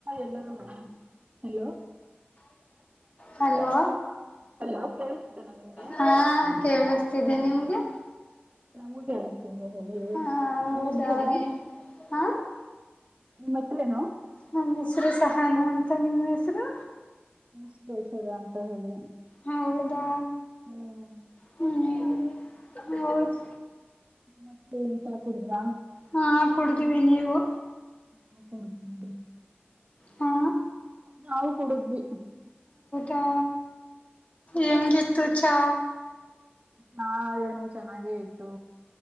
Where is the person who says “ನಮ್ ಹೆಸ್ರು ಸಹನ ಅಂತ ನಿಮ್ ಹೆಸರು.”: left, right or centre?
Left